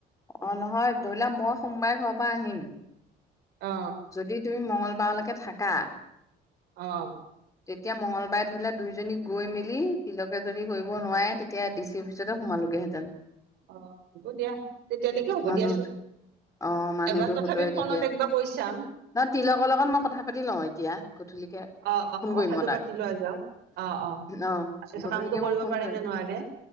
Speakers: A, on the left; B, on the right.
A: অ, নহয় ধৰিলোৱা মই সোমবাৰে ঘৰৰ পৰা আহিম।
B: অ
A: যদি তুমি মঙ্গলবাৰলৈকে থাকা
B: অ',
A: যেতিয়া মঙ্লবাৰে ধৰিলে দুইজনী গৈ মেলি তিলকে যদি কৰিব নোৱাৰে তেতিয়া ডি চি অফিচতে সোমাল। তেওঁলোকেহেতেন।
B: অ, হব দিয়া তেতিয়ালৈকে হ'ব
A: মানুহ
B: দিয়াচোন।
A: অ মানুহতো
B: এবাৰ তথাপি
A: হতুৱাই
B: ফোনত
A: তেতিয়া
B: একবাৰ কৈছা।
A: নহ তিলকৰ লগত মই কথা পাতি লও এতিয়া গধূলিকে।
B: অ অ
A: ফোন
B: কথাটো
A: কৰিম মই তাক
B: পাতি লোৱা যাওক অ
A: অ,
B: তাৰপিছত
A: গধূলিকে
B: কামটো কৰিব
A: মই ফোন
B: পাৰে
A: কৰিম।
B: নে নোৱাৰে